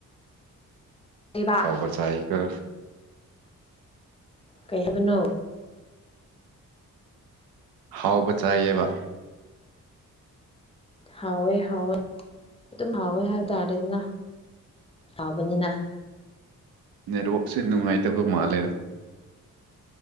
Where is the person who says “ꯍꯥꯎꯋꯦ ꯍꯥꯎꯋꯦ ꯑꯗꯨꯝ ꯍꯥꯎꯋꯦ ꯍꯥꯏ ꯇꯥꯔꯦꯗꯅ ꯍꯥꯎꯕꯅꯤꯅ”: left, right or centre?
Left